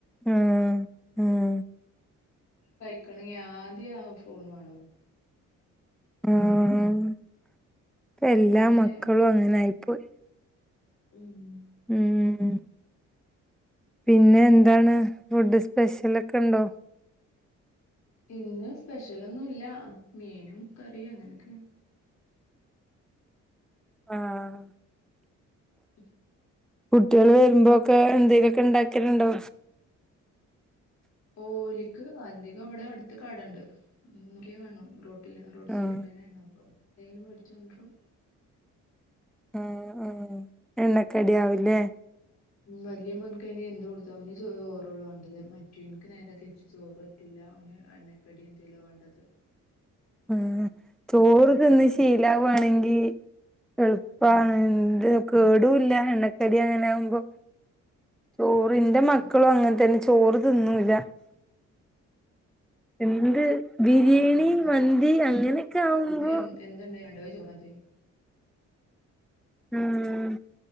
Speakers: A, in the centre; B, on the left.
A: ആഹ് ആഹ് -
B: കഴിക്കണെങ്കി ആദ്യ ആ ഫോൺ വാണം
A: ആഹ് - ഇപ്പ
B: അപ്പൊ
A: എല്ലാ
B: പിന്നെ
A: മക്കളും അങ്ങനായിപ്പോയി
B: മ്മ്
A: മ്മ് പിന്നെ എന്താണ് ഫുഡ് സ്പെഷ്യലൊക്കെണ്ടോ?
B: ഇന്ന് സ്പെഷ്യലൊന്നുല്ല മീനും കറിയും അങ്ങനൊക്കെ
A: ആഹ്-
B: <inaudible>
A: കുട്ടികൾ വെരുമ്പോക്കെ എന്തേലൊക്കെ ഇണ്ടാക്കല്ണ്ടോ?
B: ഓലിക്ക് അധികം ഇവിടെ അടുത്ത് കാടണ്ട് നോക്യാ കാണും റോട് റോഡ്
A: ആഹ്
B: സൈഡിലെന്നേണപ്പം എന്തേലും മേടിച്ചൊണ്ട്രും.
A: ആഹ് ആഹ് എണ്ണക്കടി ആവുംലേ
B: മ്മ് വല്ല്യ മോൻകയിന് എന്തു കൊടുത്ത ഓനാ ചോറോള്ളൂ വാണ്ടിയത് മറ്റോൻക് നേരെ തിരിച്ച് ചോറ് പറ്റൂല്ല- ഓന് എണ്ണക്കടി എന്തെലൊ വാണ്ടത്.
A: ഏഹ് ചോറ് തിന്ന് ശീലവാണെങ്കി എൾപ്പാണ്
B: ഉം.
A: ന്ത് കേടൂല്ല എണ്ണക്കടി അങ്ങനെ ആവ്മ്പോ ഓഹ് ന്റെ മക്കളും
B: ഉം.
A: അങ്ങൻ തന്നെ ചോറ് തിന്നൂല്ല. എന്ത്‌ ബിരിയാണി,
B: ഉം.
A: മന്തി അങ്ങനെയൊക്കെ ആവുമ്പോ
B: വലിയവനിക്ക് എന്ത് എന്തുണ്ടായി രണ്ടുപേരും ചോറ് മതി.
A: ആഹ്